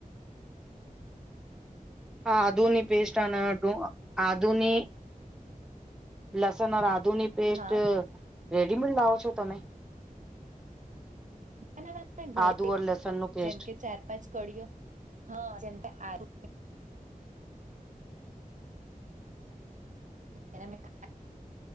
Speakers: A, in the centre; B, on the right (about 55°).
A: હ આદુની પેસ્ટ અન ડુ આદુની લસણ ઓર આદુની પેસ્ટ
B: હા
A: રેડીમેડ લાવો છો તમે
B: ના ના ના ના ઘરે
A: આદુ ઓર લસણ નું પેસ્ટ
B: જેમ કે ચાર પાંચ કડીઓ હા જેમકે આદુ એમાં તો